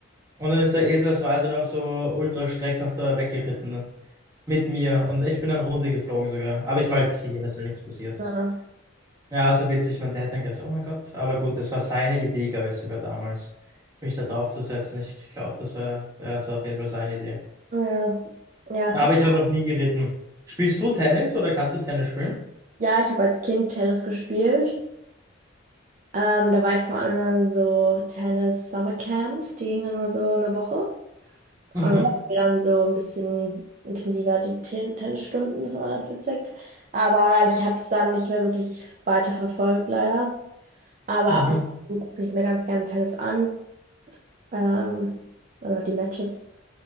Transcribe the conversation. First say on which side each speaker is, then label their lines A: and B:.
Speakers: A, on the right (about 15°); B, on the right (about 35°).
A: Und dann ist der Esel, das war also noch so ultra schreckhafter weggeritten mit mir. Und ich bin dann runtergeflogen sogar. Aber ich war halt zehn, es ist halt nichts passiert.
B: Ja,
A: Ja, also witzig. Mein Dad dann gesagt, oh mein Gott. Aber gut, das war seine Idee, glaube ich, sogar damals, mich da draufzusetzen. Ich glaube, das war, ja, das war auf jeden Fall seine Idee.
B: ja, Ja, es
A: Aber
B: ist,
A: ich habe noch nie geritten. Spielst du Tennis oder kannst du Tennis spielen?
B: ja, ich habe als Kind Tennis gespielt. Ähm, da war ich vor allem an so Tennis-Summer-Camps, die gingen dann immer so eine Woche. Und
A: Mhm.
B: dann hatten wir dann so ein bisschen intensiver die Ten Tennisstunden, das war ganz witzig. Aber ich habe es dann nicht mehr wirklich weiter verfolgt, leider. Aber
A: Mhm.
B: ab und zu gucke ich mir ganz gerne Tennis an. Ähm, also die Matches.